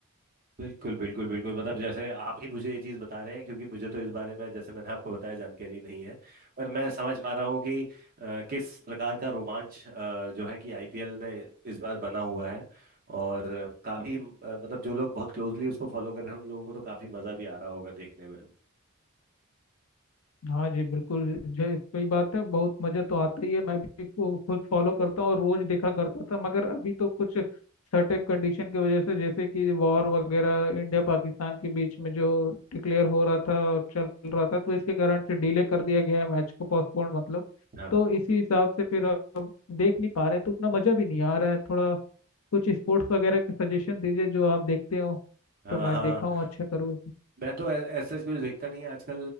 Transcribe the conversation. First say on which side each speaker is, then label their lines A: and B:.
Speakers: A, on the right (about 45°); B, on the left (about 85°).
A: बिल्कुल बिल्कुल बिल्कुल मतलब जैसे आप ही मुझे ये चीज़ बता रहे हैं क्योंकि मुझे तो इस बारे में जैसे मैंने आपको बताया जानकारी नहीं है पर मैं समझ पा रहा हूँ कि अ, किस प्रकार का रोमांच अ, जो है कि आईपीएल में इस बार बना हुआ है और काफ़ी मतलब जो लोग बहुत क्लोजली उसको फॉलो कर रहे हैं उन लोगों को तो काफ़ी मज़ा भी आ रहा होगा देखने में
B: हाँ जी बिल्कुल जो सही बात है बहुत मज़ा तो आता ही है मैं भी को खुद फॉलो करता हूँ और रोज देखा करता था मगर अभी तो कुछ सर्टेन कंडीशन की वजह से जैसे कि वॉर वगैरह इंडिया पाकिस्तान के बीच में जो डिक्लेयर हो रहा था और चल रहा था तो इसके कारण से डिले कर दिया गया है मैच को पोस्टपोन मतलब
A: हाँ
B: तो इसी हिसाब से फिर अब देख नहीं पा रहे तो उतना मज़ा भी नहीं आ रहा है थोड़ा कुछ स्पोर्ट्स वगैरह के सजेशन दीजिए जो आप देखते हो
A: हाँ
B: तो मैं
A: हाँ
B: देखा हूँ अच्छा करूँ
A: मैं तो ऐ- ऐसा कुछ देखता नहीं है आजकल